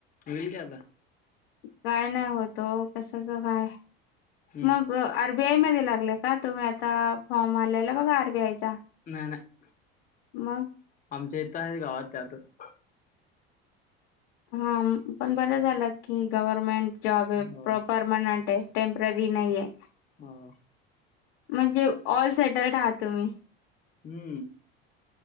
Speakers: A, on the left; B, on the left.
A: हुयील की आता.
B: काय नाही होत ओ कशाच काय
A: हम्म
B: मग आर् बी आय मध्ये लागलाय का तुम्ही आता फॉर्म आलेला बघा आर बी आय चा.
A: नाही नाही
B: मग
A: आमच्या इथं हायत गावात त्यातच
B: हां म पण बरं झालं की गव्हर्मेंट जॉब आहे
A: हो
B: प्रॉ -परमनंट आहे. टेम्पररी नाहीये.
A: हां.
B: म्हणजे ऑल सेटल्ड आहात तुम्ही.
A: हुं.